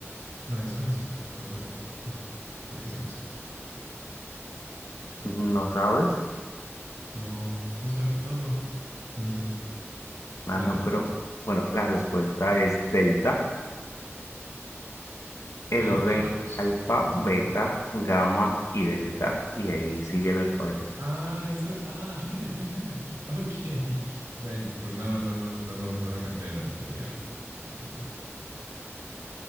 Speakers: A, on the right; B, on the left.
A: No, esa no sé. No sé. Creo que esa no sé.
B: ¿No sabes?
A: No puedo saber todo. No sé.
B: Ah,
A: Me
B: no,
A: rindo.
B: pero bueno, la respuesta es delta. El
A: Delta,
B: orden
A: no,
B: es
A: pues
B: alfa,
A: jamás
B: beta,
A: iba a aprender.
B: gamma y delta. Y ahí sigue el alfabeto.
A: Ah, esa. Ah, <laughs> ok. Bueno, pues no, no, no, no, lo, no lo capté, no lo sabía, no. No lo tenía.